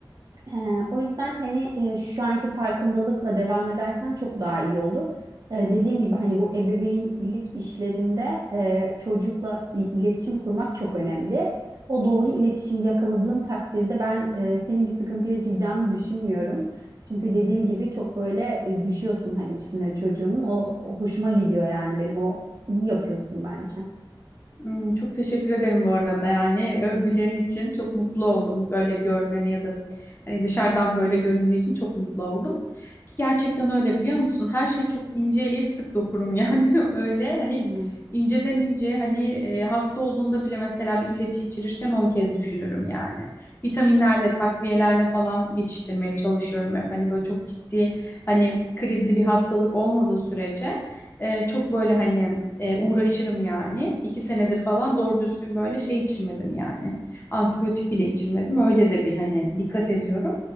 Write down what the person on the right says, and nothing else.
Ee, o yüzden hani e, şu anki farkındalıkla devam edersen çok daha iyi olur. Ee, dediğim gibi hani bu ebeveynlik işlerinde e, çocukla i- iletişim kurmak çok önemli. O doğru iletişimi yakaladığın takdirde ben e, senin bir sıkıntı yaşayacağını düşünmüyorum. Çünkü dediğim gibi çok böyle e, düşüyorsun hani üstüne çocuğunun. O, o hoşuma gidiyor yani benim o iyi yapıyorsun bence.
Hmm,